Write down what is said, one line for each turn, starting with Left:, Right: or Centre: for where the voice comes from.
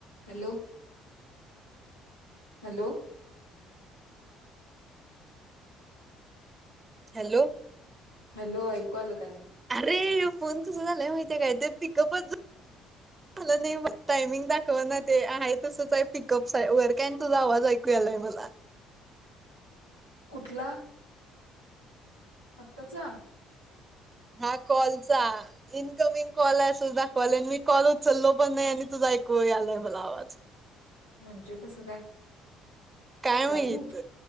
Left: Hello hello
Right: hello
Left: hello ऐकू आल का?
Right: ये ह्यो फोन कस झालाय माहितीय काय ते पिकअपच झालं नाही म टायमिंग दाखव ना ते आहे तसच आहे पिकअप वर काय तुझा आवाज ऐकू यालाय मला.
Left: कुठला? आताचा?
Right: हा कॉलचा इनकमिंग कॉल आहे असच दाखवालय मी कॉल उचललो पण नाही आणि तुझा ऐकू यालाय मला आवाज.
Left: म्हणजे कसं काय?
Right: काय
Left: जादू
Right: माहित